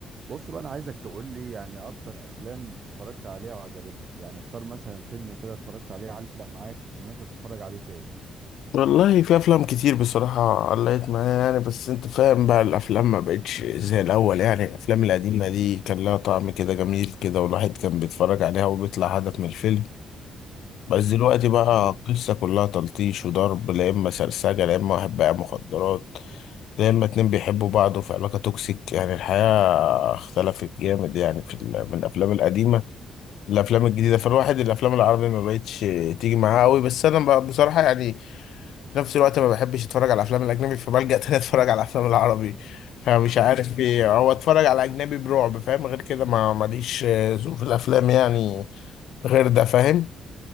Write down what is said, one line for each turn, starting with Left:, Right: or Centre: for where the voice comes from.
Right: بص بقى انا عايزك تقول لي يعني اكتر افلام اتفرجت عليها وعجبتك يعني اختار مثلا فيلم كده اتفرجت عليه علق معاك وممكن تتفرج عليه تاني
Left: والله في افلام كتير بصراحة علقت معايا يعني بس انت فاهم بقى الافلام ما بقتش زي الاول يعني الافلام القديمة دي كان لها طعم كده جميل كده والواحد كان بيتفرج عليها وبيطلع هدف من الفيلم بس
Right: امم
Left: دلوقتي بقى
Right: حقيقة
Left: القصة كلها تلطيش وضرب لا اما سرسجة لا اما واحد بايع مخدرات لا اما اتنين بيحبوا بعض وفي علاقة توكسيك يعني الحياة اختلفت جامد يعني في ال- من الافلام القديمة الافلام الجديدة فالواحد الافلام العربية ما بقتش تيجي معاه قوي بس انا بقى بصراحة يعني في نفس الوقت ما بحبش اتفرج على الافلام الاجنبي فبلجأ تاني <laughs> اتفرج على الافلام العربي فمش عارف ايه هو اتفرج على اجنبي برعب فاهم غير كده ما ماليش آه، ذوق في الافلام يعني غير ده فاهم